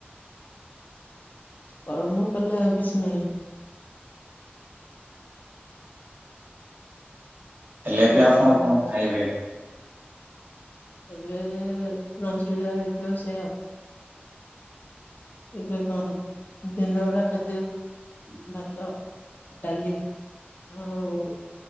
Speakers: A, on the left; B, on the right.
A: କର୍ମ କଲେ ଆଉ କିଛି ନାହିଁ।
B: ହେଲେ
A: ଆଉ
B: ବି ଆପଣ
A: ଆପଣଙ୍କର
B: କଣ ଖାଇବେ।
A: ଏବେ ଲଞ୍ଚରେ ଯାହା ହେଇଥିବ ସେଇଆଉ। ଏବେ ହଁ ଦିନ ଗୁଡା ଖାଦ୍ୟ।
B: ହୁଁ
A: ଭାତ ଡାଲି ଆଉ।